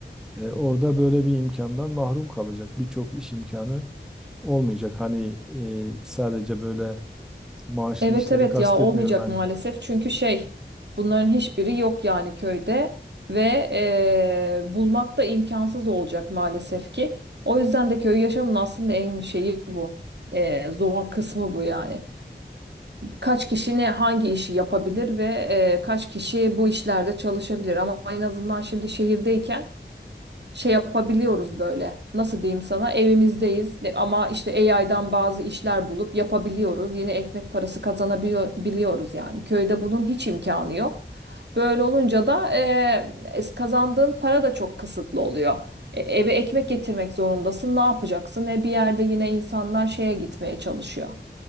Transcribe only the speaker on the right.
Evet
evet
ya olmayacak
maalesef çünkü şey bunların hiçbiri yok yani köyde ve eee, bulmak da imkansız olacak maalesef ki. O yüzden de köy yaşamının aslında en şeyi bu. Eee, zor kısmı bu yani. Kaç kişi ne hangi işi yapabilir ve eee, kaç kişi bu işlerde çalışabilir ama en azından şimdi şehirdeyken şey yapabiliyoruz böyle. Nasıl diyeyim sana? Evimizdeyiz de- ama işte AI'dan bazı işler bulup yapabiliyoruz. Yine ekmek parası kazanabiliyoruz yani. Köyde bunun hiç imkanı yok. Böyle olunca da eee, kazandığın para da çok kısıtlı oluyor. E, eve ekmek getirmek zorundasın. Ne yapacaksın? E, bir yerde yine insanlar şeye gitmeye çalışıyor.